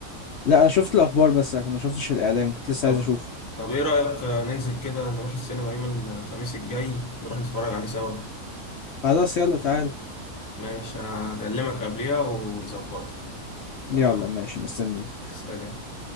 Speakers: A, on the left; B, on the left.
A: لا انا شفت الاخبار بس لكن ما شفتش الاعلان كنت لسه
B: طب
A: عايز اشوفه
B: طب ايه رأيك آه، ننزل كده نروح السينما يوم الخميس الجاي نروح نتفرج عليه سوا
A: خلاص يلا تعال
B: ماشي هكلمك قبليها ونظبطها تمام
A: يلا ماشي مستنيك
B: سلام